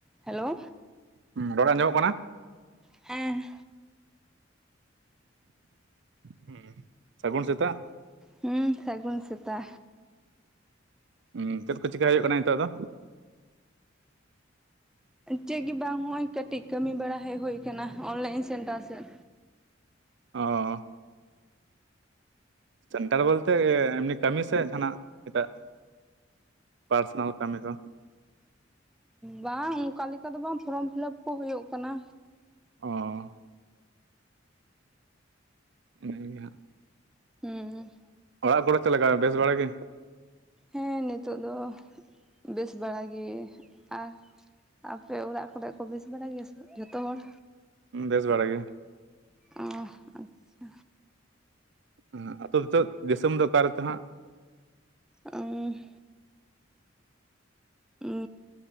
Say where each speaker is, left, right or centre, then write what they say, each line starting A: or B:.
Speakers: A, in the centre; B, on the right.
A: Hello.
B: ᱦᱩᱸ ᱨᱚᱲ ᱟᱸᱡᱚᱢᱚᱜ ᱠᱟᱱᱟ?
A: ᱦᱮᱸ᱾
B: ᱦᱩᱸ ᱥᱟᱹᱜᱩᱱ ᱥᱮᱛᱟᱜ᱾
A: ᱦᱩᱸ ᱥᱟᱹᱜᱩᱱ ᱥᱮᱛᱟ᱾
B: ᱦᱩᱸ ᱪᱮᱫ ᱠᱚ ᱪᱮᱠᱟ ᱦᱩᱭᱩᱜ ᱠᱟᱱᱟ ᱱᱤᱛᱚᱜ ᱫᱚ?
A: ᱪᱮᱜ ᱜᱤ ᱵᱟᱝ ᱦᱚᱸᱜ-ᱭ ᱠᱟᱹᱴᱤᱡ ᱠᱟᱹᱢᱤ ᱵᱟᱲᱟ ᱦᱮᱡ ᱦᱳᱭ ᱠᱟᱱᱟ ᱚᱱᱞᱟᱭᱤᱱ ᱥᱮᱱᱴᱟᱨ ᱥᱮᱫ᱾
B: ᱚ᱾ ᱥᱮᱱᱴᱟᱨ ᱵᱚᱞᱛᱮ ᱮᱢᱱᱤ ᱠᱟᱹᱢᱤ ᱥᱮ ᱡᱟᱦᱱᱟᱜ ᱮᱴᱟᱜ? ᱯᱟᱨᱥᱚᱱᱟᱞ ᱠᱟᱹᱢᱤ ᱠᱚ᱾
A: ᱵᱟᱝ ᱚᱱᱠᱟ ᱞᱮᱠᱟ ᱫᱚ ᱵᱟᱝ᱾ ᱯᱷᱨᱚᱢ ᱯᱷᱤᱞᱟᱯ ᱠᱚ ᱦᱩᱭᱩᱜ ᱠᱟᱱᱟ᱾
B: ᱚ᱾ ᱤᱱᱟᱹ ᱜᱮ ᱦᱟᱸᱜ᱾
A: ᱦᱩᱸ᱾
B: ᱚᱲᱟᱜ ᱠᱚᱨᱮ ᱪᱮᱫ ᱞᱮᱠᱟ? ᱵᱮᱥ ᱵᱟᱲᱟ ᱜᱮ᱾
A: ᱦᱮᱸ ᱱᱤᱛᱚᱜ ᱫᱚ ᱵᱮᱥ ᱵᱟᱲᱟ ᱜᱮ ᱟᱨ ᱟᱯᱮ ᱚᱲᱟᱜ ᱠᱚᱨᱮ ᱠᱚ ᱵᱮᱥ ᱵᱟᱲᱟᱭ ᱜᱮᱭᱟ ᱥᱮ ᱡᱷᱚᱛᱚ ᱦᱚᱲ
B: ᱦᱩᱸ ᱵᱮᱥ ᱵᱟᱲᱟ ᱜᱮ
A: ᱚ᱾ ᱟᱪᱪᱷᱟ
B: ᱦᱮᱸ ᱟᱛᱚ ᱫᱤᱥᱚᱵ ᱫᱤᱥᱚᱢ ᱫᱚ ᱚᱠᱟᱨᱮᱪᱚ ᱦᱟᱸᱜ?
A: ᱩᱸᱦ᱾ ᱩᱸᱻ